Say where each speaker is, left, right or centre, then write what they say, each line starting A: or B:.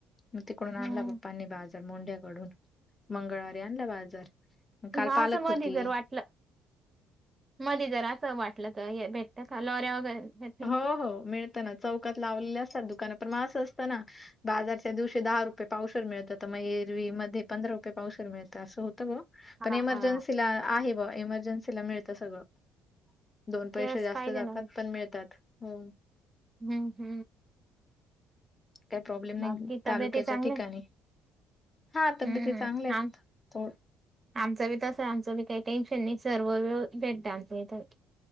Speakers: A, on the left (about 20°); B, on the right (about 25°).
A: मग तिकडून आणला
B: हम्म
A: पप्पांनी बाज मोंढ्याकडून मंगळवारी आणला बाजार काल
B: मग
A: पालक
B: असं मधी
A: होती
B: जर वाटलं मध जर असं वाटलं तर हे भेट त्या <unintelligible> वगैरे भेटतील.
A: हो, हो मिळत ना चौकात लावलेले असतात दुकाना पण म असं असतं ना बाजारच्या दिवशी दहा रुपये पावशर मिळतं तर म एरवीमध्ये पंधरा रुपये पावशर मिळतं असं होतं ग
B: हा
A: पण इमर्जन्सीला
B: हा
A: आहे बा इमर्जन्सीला मिळतं सगळं दोन पैसे
B: तेच
A: जास्त
B: पाहिजे
A: जातात
B: ना
A: पण मिळतात हो
B: हम्म, हम्म
A: काही प्रॉब्लेम नाही
B: बाकी
A: तालुक्याच्या
B: तब्येती चांगल्या
A: ठिकाण हा तब्येती
B: हम्म
A: चांगल्या आहेत
B: आम आमचं बी तसं आमचं बी काही टेन्शन नाही सर्व वेळ भेटत आमच्या इथ